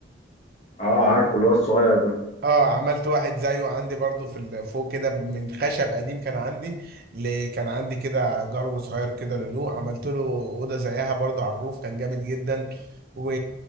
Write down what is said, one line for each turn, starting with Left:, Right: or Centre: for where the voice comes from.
Left: اه عارفه اللي هو الصغير ده
Right: اه عملت واحد زيه عندي برضو في ال- فوق كده من خشب قديم كان عندي ل... كان عندي كده جرو صغير كده لولو عملت له اوضه زيها برضو على الروف كان جامد جدا و...